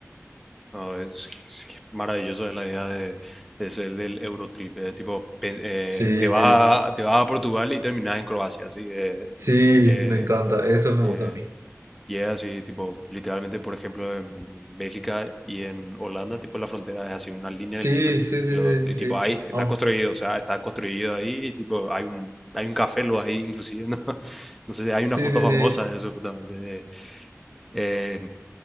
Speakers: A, in the centre; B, on the right (about 75°).
A: No, es, es que es maravilloso la idea de, de ser del Eurotrip. eh, tipo, pe- eh,
B: Sí,
A: te vas a, te vas a Portugal y terminas en Croacia, así. Eh,
B: sí,
A: eh,
B: me encanta, eso me
A: eh,
B: gusta a mí.
A: y es así, tipo, literalmente, por ejemplo, en Bélgica y en Holanda, tipo, la frontera es así, una línea
B: Sí,
A: en el piso.
B: sí, sí, sí,
A: Lo, y
B: sí,
A: tipo,
B: sí.
A: ahí está
B: Ah,
A: construido, o sea, está construido ahí, y, tipo, hay un, hay un café lo ahí, inclusive, ¿no? <laughs> No sé, si hay
B: sí,
A: una foto
B: sí,
A: famosa
B: sí.
A: de eso, justamente, eh, eh,